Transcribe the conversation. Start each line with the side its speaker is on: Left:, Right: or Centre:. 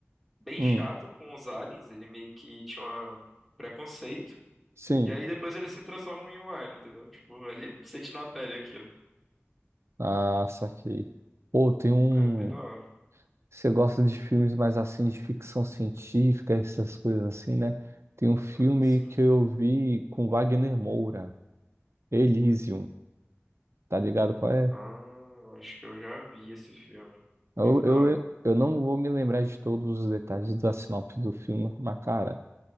Centre: bem
Right: Hum,
Centre: chato com os aliens, ele meio que tinha um preconceito.
Right: sim.
Centre: E aí depois ele se transforma em um alien, entendeu? Tipo, ele sente na pele aquilo.
Right: Ah, saquei. Pô, tem um.
Centre: É bem da hora.
Right: Você gosta de filmes mais assim, de ficção científica, essas coisas assim, né? Tem um filme
Centre: Ah, sim.
Right: que eu vi com Wagner Moura, Elysium, tá ligado qual é?
Centre: Ah, eu acho que eu já vi esse filme.
Right: Eu,
Centre: Muito
Right: eu,
Centre: da hora.
Right: eu não vou me lembrar de todos os detalhes da sinopse do filme, mas cara,